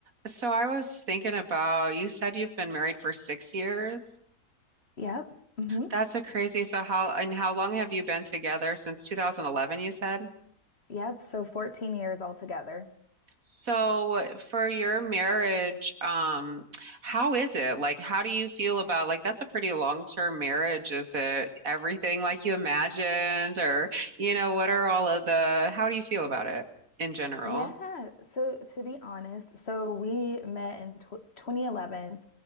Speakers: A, on the right; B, on the left.
A: So I was thinking about, you said you've been married for six years.
B: Yep. hmm
A: That's a crazy. So how and how long have you been together since 2011, you said?
B: Yep. So 14 years altogether.
A: So for your marriage, um, how is it? Like, how do you feel about like that's a pretty long-term marriage. Is it everything like you imagined or you know, what are all of the how do you feel about it in general?
B: Yeah. So to be honest, so we met in tw 2011